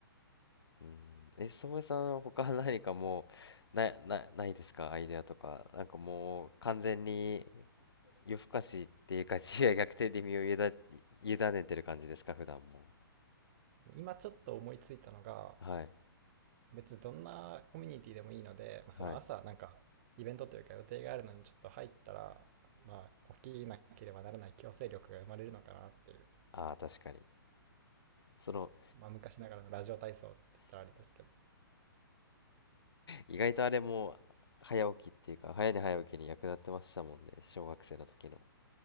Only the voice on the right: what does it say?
でも今ちょっと思いついたのが、
別にどんなコミュニティでもいいので、まあ、その朝なんかイベントというか予定があるのにちょっと入ったら、
まあ、起きなければならない強制力が生まれるのかなっていう、
まあ、昔ながらのラジオ体操って言ったらあれですけどい